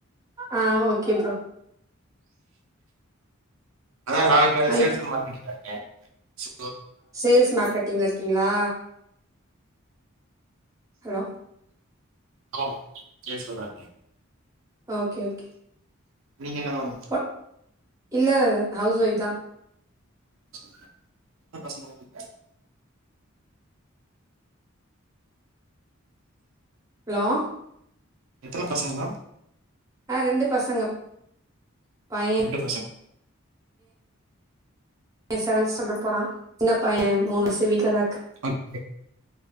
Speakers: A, on the right; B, on the right.
A: ஆ ஓகே ப்ரோ
B: அதா நா இப்ப சேல்ஸ்
A: இப்
B: அண்ட் மார்க்கெட்டிங்ல இருக்கே. சோ
A: சேல்ஸ் மார்க்கெட்டிங்ல இருக்கீங்ளா ஹலோ
B: ஹலோ சேல்ஸ்மேன்னா இருக்கே
A: ஓகே ஓகே
B: நீங்க என்ன வா
A: ப இல்ல ஹவுஸ் ஒய்ஃப் தா
B: எத்தன பசங்க உங்களுக்கு
A: ஹலோ
B: எத்தன பசங்கோ
A: ஆ ரெண்டு பசங்க பைய
B: ரெண்டு பசங்
A: த செவன்த் ஸ்டாண்டர்ட் போறா சின்ன பைய மூணு வயசு வீட்டுல தா இருக்
B: ஓகே